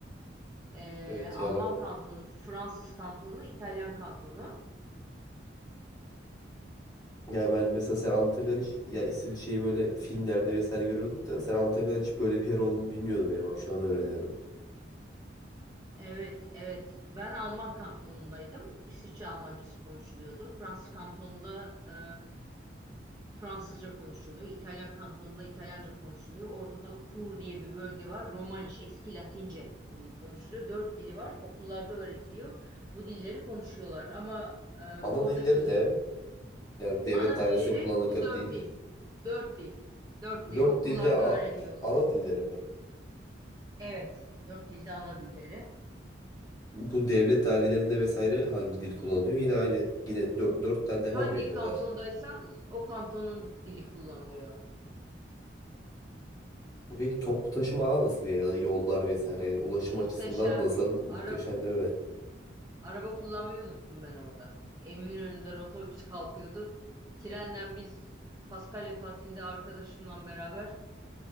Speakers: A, on the right (about 20°); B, on the left (about 20°).
A: Ee,
B: Evet
A: Alman
B: ya bak
A: kantonu, Fransız kantonu, İtalyan kantonu.
B: ya ben mesela sen Anıtakar hiç ya isim şeyi böyle filmlerde vesaire görüyorduk da sen Anıtakar hiç böyle bir yer olduğunu bilmiyordum yani bak şu an öğreniyorum.
A: Evet, evet. Ben Alman kantonundaydım. İsviçre Almancası konuşuluyordu. Fransız kantonunda e, Fransızca konuşuluyor. İtalyan kantonunda İtalyanca konuşuluyor. Ortada Kur diye bir bölge var. Romaniş, eski Latince dili konuşuluyor. Dört dili var. Okullarda öğretiliyor. Bu dilleri konuşuyorlar. Ama e,
B: Ana
A: oradaki
B: dilleri ne? Yani bu devlet
A: ana
B: dairesinde
A: dilleri
B: kullandıkları
A: bu dört
B: dil.
A: dil. Dört dil. Dört dil.
B: Dört
A: Okullarda
B: dilde a-
A: öğreniyor.
B: ana dilleri mi?
A: Evet, dört dilde ana dilleri.
B: Bu devlet dairelerinde vesaire hangi dil kullanılıyor? Yine aynı yine dört, dörtten devam
A: Hangi
B: mı ediyorlar?
A: kantondaysan o kantonun dili kullanılıyor.
B: Peki toplu taşıma ağı nasıl ya? da Yollar vesaire yani ulaşım
A: Muhteşem.
B: açısından nasıl? Muhteşem
A: Araba,
B: değil mi?
A: araba kullanmayı unuttum ben orada. Eminönü'nden otobüs kalkıyordu. Trenle biz Paskalya tatilinde arkadaşımla beraber